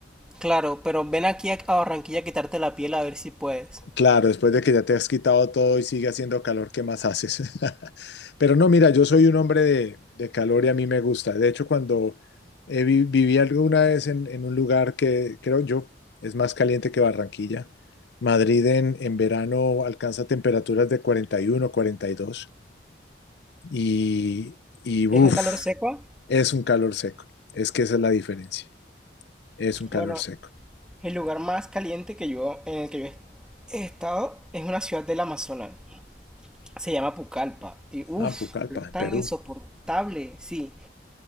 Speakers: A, in the centre; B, on the left.
A: Claro, pero ven aquí a a Barranquilla a quitarte la piel a ver si puedes.
B: Claro, después de que ya te has quitado todo y sigue haciendo calor, ¿qué más haces? <laughs> Pero no, mira, yo soy un hombre de, de calor y a mí me gusta. De hecho, cuando eh, vi- viví alguna vez en, en un lugar que creo yo es más caliente que Barranquilla, Madrid en, en verano alcanza temperaturas de 41, 42 y, dos y y uff,
A: Es un calor seco.
B: es un calor seco. Es que esa es la diferencia. Es un calor
A: Bueno,
B: seco.
A: el lugar más caliente que yo en el que yo he he estado es una ciudad del Amazonas. se llama Pucallpa. Y uff,
B: Ah, Pucallpa, en
A: tan
B: Perú.
A: insoportable, sí.